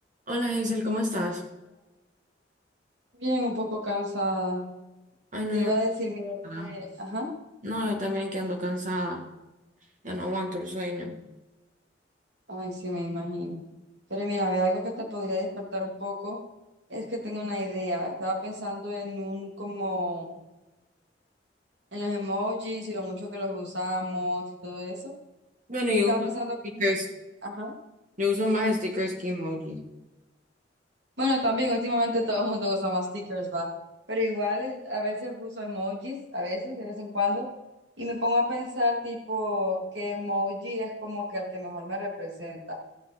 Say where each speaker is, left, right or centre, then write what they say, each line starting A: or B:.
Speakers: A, on the right (about 45°); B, on the right (about 70°).
A: Hola Hazel, ¿cómo estás?
B: Bien, un poco cansada.
A: Ay, no,
B: Te iba a decir, mira,
A: ah,
B: que- ajá,
A: no, yo también que ando cansada, ya no aguanto el sueño.
B: ay, sí, me imagino. Pero mira, ve algo que te podría despertar un poco, es que tengo una idea. Estaba pensando en un, como, en los emojis y lo mucho que los usamos y todo eso.
A: Bueno,
B: Y
A: yo
B: estaba
A: uso
B: pensando,
A: stickers,
B: ajá.
A: yo uso más stickers que emojis.
B: Bueno, también últimamente todo el mundo usa más stickers, va. Pero igual es- a veces uso emojis, a veces, de vez en cuando, y me pongo a pensar tipo qué emoji es como que el que mejor me representa.